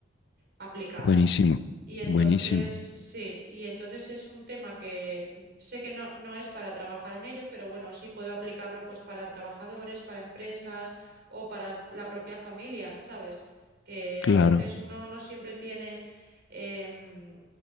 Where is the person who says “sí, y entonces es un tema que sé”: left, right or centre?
Right